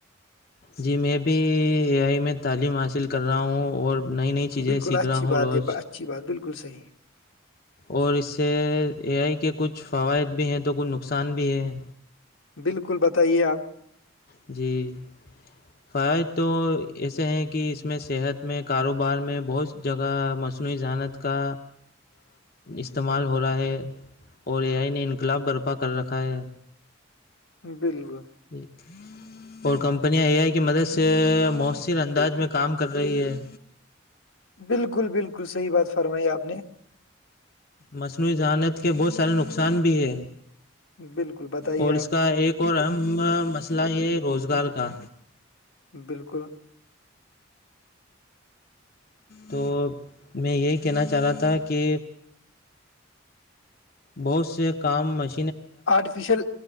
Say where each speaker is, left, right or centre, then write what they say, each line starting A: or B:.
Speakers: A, on the left; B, on the left.
A: جی میں بھی اے آئی میں تعلیم حاصل کر رہا ہوں اور نئی نئی چیزیں
B: بالکل
A: سیکھ
B: اچھی
A: رہا
B: بات
A: ہوں روز
B: ہے ب- اچھی بات بالکلحیح
A: اور اس سے اے آئی کے کچھ فوائد بھی ہیں تو کچھ نقصان بھی ہے
B: بالکل بتائیے آپ
A: جی فوائد تو ایسے ہیں کہ اس میں صحت میں کاروبار میں بہت جگہ مصنوعی ذہانت کا استعمال ہو رہا ہے اور اے آئی نے انقلاب برپا کر رکھا ہے
B: بل گو
A: جی اور کمپنیاں اے آئی کی مدد سے مؤثر انداز میں کام کر رہی ہے
B: بالکل بالکل صحیح بات فرمائی آپ نے
A: مصنوعی ذہانت کے بہت سارے نقصان بھی ہیں
B: بالکل بتائیے
A: اور
B: آپ
A: اس کا ایک اور اہم مسئلہ یہ روزگار کا
B: بالکل
A: تو میں یہی کہنا چاہ رہا تھا کہ بہت سے کام مش
B: آرٹیفیشل